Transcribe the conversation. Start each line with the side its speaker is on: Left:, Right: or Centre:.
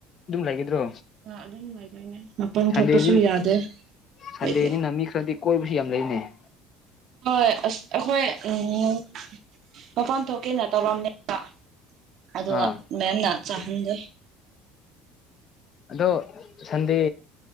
Left: ꯑꯗꯨꯝ ꯂꯩꯒꯗ꯭ꯔꯣ
Right: ꯑ ꯑꯗꯨꯝ ꯂꯗꯣꯏꯅꯦ ꯃꯄꯟ
Left: ꯁꯟꯗꯦꯅꯤ
Right: ꯊꯣꯛꯄꯁꯨ ꯌꯥꯗꯦ ꯑꯥꯈꯣꯏꯗꯤ
Left: ꯁꯟꯗꯦꯅꯤꯅ ꯃꯤ ꯈ꯭ꯔꯗꯤ ꯀꯣꯏꯕꯥꯁꯨ ꯌꯥꯝ ꯂꯩꯅꯩ
Right: ꯍꯣꯏ ꯑ ꯑꯩꯈꯣꯏ ꯎꯝ ꯃꯄꯥꯟ ꯊꯣꯛꯀꯦꯅ ꯇꯧꯔꯝꯅꯦꯕ ꯑꯗꯨ
Left: ꯑꯥ
Right: ꯃꯦꯝꯅ ꯆꯥꯍꯟꯗꯦ
Left: ꯑꯗꯣ ꯁꯟꯗꯦ